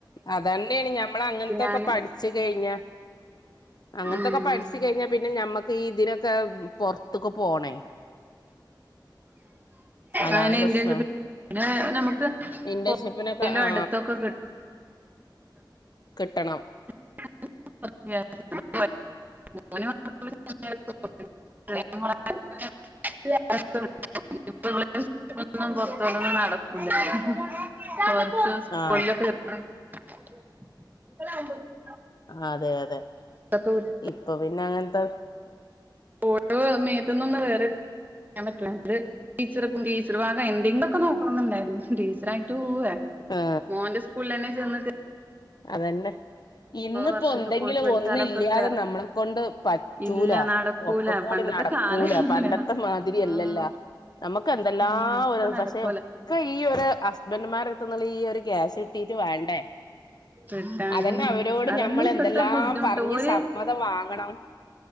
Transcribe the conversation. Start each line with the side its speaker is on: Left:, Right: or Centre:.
Left: അതന്നെയാണ് ഞമ്മള അങ്ങനത്തൊക്കെ
Right: ഞാന്
Left: പഠിച്ചു കഴിഞ്ഞ അങ്ങനത്തൊക്കെ
Right: ഉം
Left: പഠിച്ച കഴിഞ്ഞാൽ പിന്നെ ഞമ്മക്ക് ഈ ഇതിനൊക്കെ പൊറത്തക്ക് പോണേ അതാണ്
Right: ആ അനെ
Left: പ്രശ്നം
Right: എന്ത് നമുക്ക്
Left: ഇന്റേൺഷിപ്പിനൊക്കെ
Right: പോലും
Left: ആ
Right: അടുത്തൊക്കെ കിട്ട
Left: കിട്ടണം
Right: <unintelligible> <inaudible> <unintelligible> പുറത്ത നടക്ക <inaudible> കൊള്ളെ
Left: ആ
Right: <unintelligible>
Left: അതെ അതെ
Right: വിട്ട്
Left: ഇപ്പൊ പിന്നെ അങ്ങനെത്തെ
Right: ഓഓരോ മേത്തന്നൊന്നന്ന് വേറൊൻ പറ്റില്ലണ്ട് ടീച്ചർ ടീച്ചർ ഭാഗം എന്തെങ്കിലും ക്കെ നോക്കണണ്ടായിരുന്നു ടീച്ചറായിട്ട് പോവേ
Left: ആ
Right: മോന്റെ സ്കൂളിൽ തന്നെ ചെന്ന
Left: അതന്നെ ഇന്നപ്പോ
Right: വർഷത്തെ
Left: എന്തെങ്കിലും
Right: കോഴ്സ് പഠിച്ചാലൊക്കെ
Left: ഒന്നില്ലാതെ
Right: കേറാ
Left: നമ്മളെ കൊണ്ട് പറ്റൂല
Right: ഇല്ല നടക്കൂല
Left: ഒക്കകൂ കൂടി
Right: പണ്ടത്തെ
Left: നടക്കൂല
Right: കാലം ഇല്ല
Left: പണ്ടത്തെ മാതിരിയല്ലല്ല
Right: ആഹ്
Left: നമുക്ക് എന്തെല്ലാം
Right: ഉം ഇപ്പൊ
Left: ഒരു
Right: നടക്കൂല
Left: പക്ഷെ ഒക്കെ ഈ ഒരു ഹസ്ബൻഡുമാര് ഈ ഒരു ഗ്യസ് കിട്ടീട്ട് വേണ്ടേ
Right: കട്ട
Left: അതന്നെ അവരോട്
Right: അതല്ലാം
Left: ഞമ്മൾ
Right: ഇപ്പത്തെ
Left: എന്തെല്ലാം
Right: ബുദ്ധിമുട്ട്
Left: പറഞ്ഞ്
Right: ഒരുര്
Left: സമ്മതം വാങ്ങണം